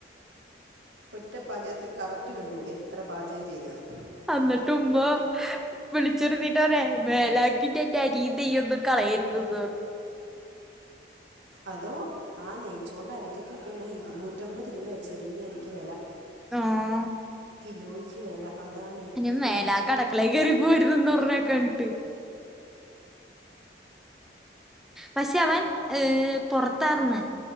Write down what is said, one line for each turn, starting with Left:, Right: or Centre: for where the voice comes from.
Right: ഒറ്റ പാചകത്തിൽ കററ്റ് കണ്ടു എത്ര പാചകം ചെതയ്യാന്ന്
Centre: അന്ന്ട്ടു ഉമ്മാ വിളിച്ചെരുന്നീട്ട് പറഞ്ഞു മേലാക്കിട്ട് എന്റെ അരിയും നെയൊന്നും കളയരുതെന്ന്
Right: അതോ ആഹ് നെയ്ച്ചോറിന്റെ അരിക്കൊക്കെ ഇപ്പൊ എന്നാ ഇരുന്നൂറ്റമ്പത് രൂപയ ചെറിയ അരിക്ക് വില
Centre: ആഹ്
Right: കിലോയ്ക്ക് വില അതാണ് ഏറ്റവും
Centre: ഇനി മേലാ കടക്കളേ കയറിപ്പോവരുതെന്ന് പറഞ്ഞേക്കുവ എന്നിട്ട് പക്ഷെ അവൻ ഏഹ് പുറത്താർന്ന്